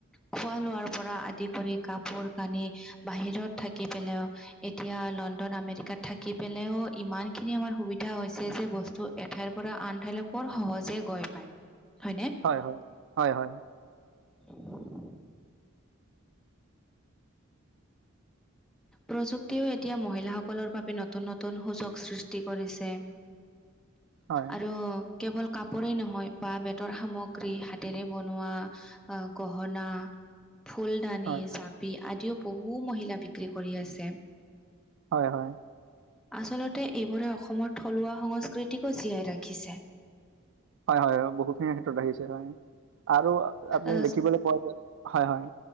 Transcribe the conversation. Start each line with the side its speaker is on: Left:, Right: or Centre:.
Centre: খোৱা-লোৱাৰ পৰা আদি কৰি কাপোৰ-কানি বাহিৰত থাকি পেলাইও এতিয়া লণ্ডন, আমেৰিকাত থাকি পেলাইও ইমানখিনি আমাৰ সুবিধা হৈছে যে বস্তু এঠাইৰ পৰা আন ঠাইলৈ বৰ সহজে গৈ পায়। হয়নে?
Right: হয় হয় হয় হয়
Centre: <unintelligible> প্ৰযুক্তিও এতিয়া মহিলাসকলৰ বাবে নতুন নতুন সুযোগ সৃষ্টি কৰিছে।
Right: হয়
Centre: আৰু কেৱল কাপোৰেই নহয় বাঁহ, বেতৰ সামগ্ৰী হাতেৰে বনোৱা আ গহনা, ফুলদানি,
Right: হয়
Centre: জাপি আদিও বহু মহিলা বিক্ৰী কৰি আছে।
Right: হয় হয়।
Centre: আচলতে এইবোৰে অসমৰ থলুৱা সংস্কৃতিকো জীয়াই ৰাখিছে।
Right: হয় হয় হয় বহুখিনি ক্ষেত্ৰত আহিছে হয়। আৰু আপুনি
Centre: আ,
Right: দেখিবলৈ পোৱা যায় হয় হয়